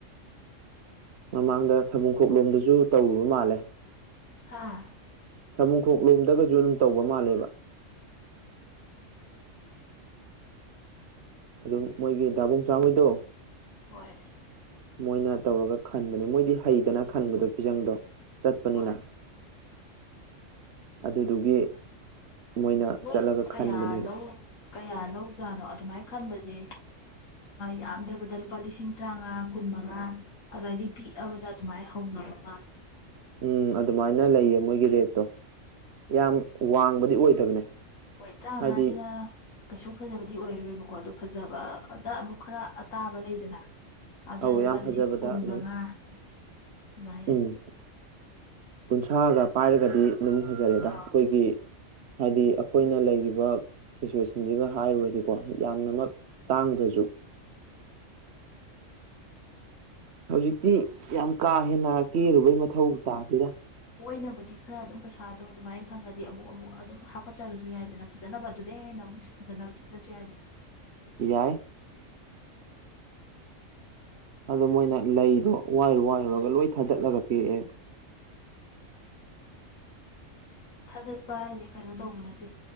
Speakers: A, on the right (about 60°); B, on the left (about 80°).
A: ꯃꯃꯥꯡꯗ ꯁꯥꯕꯨꯡꯈꯣꯛꯂꯣꯝꯗꯁꯨ ꯇꯧꯔꯨꯕ ꯃꯥꯜꯂꯦ
B: ꯍꯥꯥ
A: ꯁꯥꯃꯨꯈꯣꯛ ꯂꯣꯝꯗꯒꯁꯨ ꯑꯗꯨꯝ ꯇꯧꯕ ꯃꯥꯜꯂꯦꯕ ꯑꯗꯨꯝ ꯃꯣꯏꯒꯤ ꯗꯥꯕ ꯆꯥꯃꯩꯗꯣ
B: ꯍꯣꯏ
A: ꯃꯣꯏꯅ ꯇꯧꯔꯒ ꯈꯟꯕꯅꯦ ꯃꯣꯏꯗꯤ ꯍꯩꯗꯅ ꯈꯟꯕꯗꯣ ꯐꯤꯖꯪꯗꯣ ꯆꯠꯄꯅꯤꯅ
B: ꯍꯣꯏ
A: ꯑꯗꯨꯗꯨꯒꯤ ꯃꯣꯏꯅ
B: ꯍꯣꯏ
A: ꯆꯠꯂꯒ
B: ꯀꯌꯥ
A: ꯈꯟꯕꯅꯦꯕ
B: ꯂꯧ ꯀꯌꯥ ꯂꯧꯖꯥꯠꯅꯣ ꯑꯗꯨꯃꯥꯏꯅ ꯈꯟꯕꯁ ꯌꯥꯝꯗ꯭ꯔꯕꯗ ꯂꯨꯄꯥ ꯂꯤꯁꯤꯡ ꯇꯥꯉꯥ ꯀꯨꯟ ꯃꯉꯥ ꯑꯏꯗꯤ ꯄꯤꯛꯑ ꯑꯗꯨꯃꯥꯏ ꯍꯣꯝꯅ ꯃꯥ
A: ꯎꯝ ꯑꯗꯨꯃꯥꯏꯅ ꯂꯩꯌꯦ ꯃꯣꯏꯒꯤ ꯔꯦꯠꯇꯣ ꯌꯥꯝ ꯋꯥꯡꯕꯗꯤ ꯑꯣꯏꯗꯕꯅꯦ
B: ꯍꯣꯏ ꯇꯔꯥꯃꯉꯥꯁꯤꯗ
A: ꯍꯥꯏꯗꯤ
B: ꯀꯩꯁꯨ ꯐꯖꯕꯗꯤ ꯑꯣꯏꯔꯔꯣꯏꯕꯀꯣ ꯑꯗꯨ ꯐꯖꯕꯗ ꯑꯃꯨꯛ ꯈꯔ ꯑ ꯇꯥꯕ ꯂꯩꯗꯅ ꯑꯗꯨꯅ
A: ꯑꯧ
B: ꯂꯨꯄꯥ
A: ꯌꯥꯝ
B: ꯂꯤꯁꯤꯡ
A: ꯐꯖꯕꯗ
B: ꯀꯨꯟ ꯃꯉꯥ
A: ꯂꯩ
B: ꯑꯗꯨꯃꯥꯏꯅ
A: ꯎꯝ ꯀꯨꯟꯊ꯭ꯔꯥꯒ ꯄꯥꯏꯔꯒꯗꯤ ꯑꯗꯨꯝ ꯐꯖꯔꯦꯗ
B: ꯑꯥ
A: ꯑꯩꯈꯣꯏꯒꯤ ꯍꯥꯏꯗꯤ ꯑꯩꯈꯣꯏꯅ ꯂꯩꯔꯤꯕ ꯁꯤꯆꯨꯋꯦꯁꯟꯁꯤꯒ ꯍꯥꯏꯔꯨꯔꯗꯤꯀꯣ ꯌꯥꯝꯅꯃꯛ ꯇꯥꯡꯗ꯭ꯔꯁꯨ
B: <inaudible>
A: ꯍꯧꯖꯤꯛꯇꯤ ꯌꯥꯝ ꯀꯥ ꯍꯦꯟꯅ ꯀꯦꯔꯨꯕꯩ ꯃꯊꯧ ꯇꯥꯗꯦꯗ
B: ꯃꯣꯏ ꯑꯣꯏꯅꯕꯨꯗꯤ ꯈꯔ ꯑꯗꯨꯝ ꯄꯩꯁꯥꯗꯣ ꯑꯗꯨꯃꯥꯏꯅ ꯈꯪꯉꯗꯤ ꯑꯃꯨꯛ ꯑꯃꯨꯛ ꯑꯗꯨꯝ ꯍꯥꯞꯀꯠꯆꯔꯁꯨ ꯌꯥꯏꯗꯅ ꯐꯖꯅꯕ ꯑꯗꯨꯗ ꯍꯦꯟꯅ ꯐꯖꯅꯕ ꯁꯤꯜꯂꯁꯨ ꯌꯥꯏꯗꯅ
A: ꯑꯦꯏ ꯑꯗꯣ ꯃꯣꯏꯅ ꯂꯩꯗꯣ ꯋꯥꯏꯔꯨ ꯋꯥꯏꯔꯨꯔꯒ ꯂꯣꯏ ꯊꯥꯗꯠꯂꯒ ꯄꯤꯔꯛꯑꯦꯕ
B: ꯊꯥꯖꯠꯄ ꯍꯥꯏꯁꯦ ꯀꯩꯅꯣ ꯇꯧꯕ ꯅꯠꯇꯦ